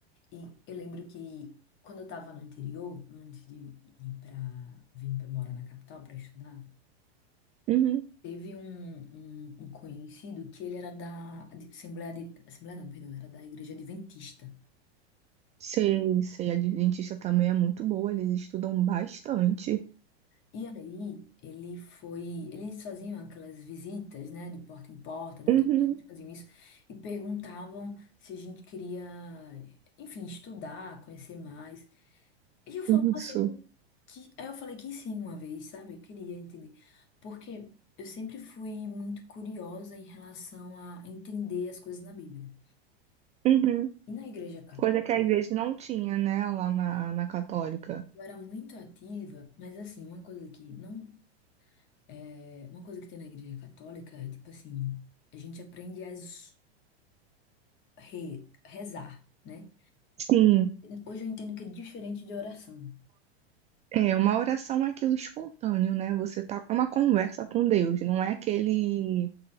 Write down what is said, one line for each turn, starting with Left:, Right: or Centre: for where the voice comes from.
Left: e eu lembro que quando eu estava no interior, antes de ir para vir para morar na capital para estudar,
Right: Uhum.
Left: teve um, um, um conhecido que ele era da de- Assembleia de, Assembleia não, perdão, era da Igreja Adventista.
Right: Sei, sei, a Adventista também é muito boa, eles estudam bastante.
Left: E aí, ele foi. Eles faziam aquelas visitas, né, de porta em porta, né?
Right: Uhum.
Left: Então, eles faziam isso e perguntavam se a gente queria, enfim, estudar, conhecer mais. E eu falava
Right: Isso.
Left: sempre que. Aí eu falei que sim, uma vez, sabe? Eu queria entender. Porque eu sempre fui muito curiosa em relação a entender as coisas na Bíblia.
Right: Uhum.
Left: E na Igreja Católica,
Right: Coisa que às vezes não tinha, né, lá na, na católica.
Left: eu era muito ativa, mas assim, uma coisa que não É, uma coisa que tem na igreja católica é tipo assim, a gente aprende a s- re- rezar, né?
Right: Sim,
Left: Hoje eu entendo que é diferente de oração.
Right: é, uma oração é aquilo espontâneo, né? Você tá com uma conversa com Deus, não é aquele